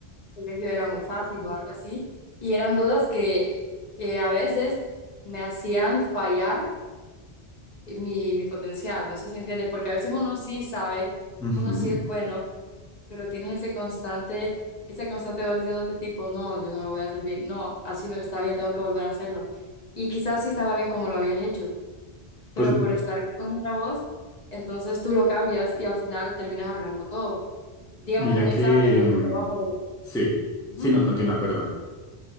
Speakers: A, on the left; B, in the centre.
A: el colegio era muy fácil o algo así? Y eran dudas que, que a veces me hacían fallar mi, mi potencial, no sé si entiendes, porque a veces uno sí sabe,
B: ujú.
A: uno sí es bueno pero tienes ese constante, esa constante voz diciéndote tipo, no, yo no lo voy a hacer bien, no, así no está bien, tengo que volver a hacerlo. Y quizás sí estaba bien como lo habías hecho, pero
B: Pues
A: por estar con esa voz, entonces tú lo cambias y al final terminas arruinando todo, digamos
B: mira
A: en un examen
B: que...
A: o en
B: mm,
A: un trabajo. o lo-
B: Sí.
A: Ujú.
B: Sí, no, continúa, perdona.